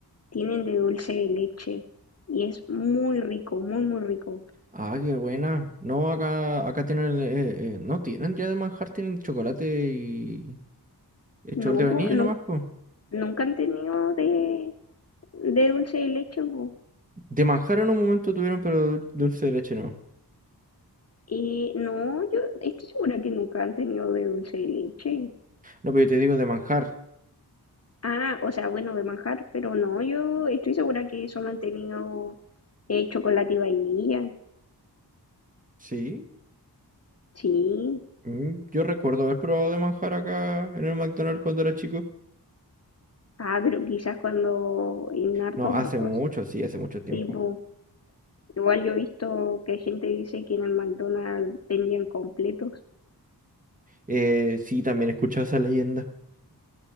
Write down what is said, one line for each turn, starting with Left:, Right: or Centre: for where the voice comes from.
Left: tienen de dulce de leche. Y es muy rico, muy, muy rico.
Right: Ah, qué buena. No, acá, acá tienen, el- eh, eh, no tienen ya de manjar, tienen chocolate y eh,
Left: No,
Right: chocolate de
Left: po,
Right: vainilla
Left: no,
Right: nomás, pues.
Left: nunca han tenido de, de dulce de leche, po.
Right: De manjar en un momento tuvieron, pero dul- dulce de leche no.
Left: Eh, no, yo estoy segura que nunca han tenido de dulce de leche.
Right: No, pero yo te digo de manjar,
Left: Ah, o sea, bueno, de manjar, pero no, yo estoy segura que solo han tenido Eh, chocolate y vainilla,
Right: ¿sí?
Left: sí.
Right: Mm, yo recuerdo haber probado de manjar acá en el McDonald's cuando era chico.
Left: Ah, pero quizás cuando en hartos,
Right: No, hace
Left: os-
Right: mucho, sí, hace mucho tiempo.
Left: sí, po. Igual yo he visto que gente dice que en el McDonald's vendían completos,
Right: Eh, sí, también he escuchado esa leyenda.